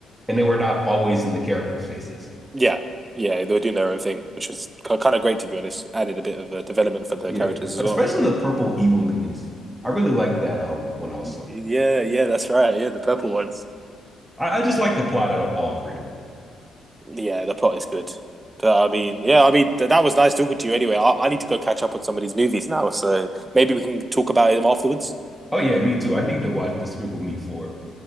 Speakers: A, in the centre; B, on the right (about 25°).
A: and they were not always in the characters' faces.
B: Yeah. Yeah, they were doing their own thing, which was kind of great to be honest. Added a bit of a development for the
A: Yeah,
B: characters as
A: especially
B: well.
A: the purple evil minions. I really like that um one also.
B: Y- Yeah, yeah, that's right. Yeah, the purple ones.
A: I, I just like the plot out of all three of them.
B: Yeah, the plot is good. But I mean, yeah, I mean th that was nice talking to you. Anyway, I, I need to go catch up on some of these movies now, so maybe we can talk about them afterwards.
A: Oh yeah, me too. I need to watch Despicable Me four